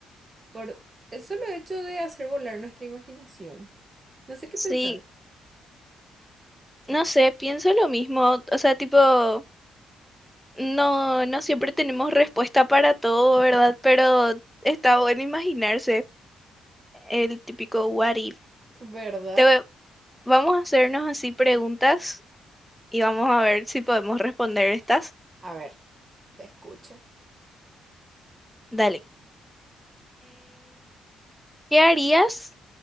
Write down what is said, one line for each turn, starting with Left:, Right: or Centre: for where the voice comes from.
Right: por el solo hecho de hacer volar nuestra imaginación. No sé qué
Centre: Sí,
Right: pensar.
Centre: no sé, pienso lo mismo, o sea, tipo, no, no siempre tenemos respuesta para todo, ¿verdad? Pero está bueno imaginarse el típico what if.
Right: ¿Verdad?
Centre: Te voy- vamos a hacernos así preguntas y vamos a ver si podemos responder estas.
Right: A ver, te escucho.
Centre: Dale. ¿Qué harías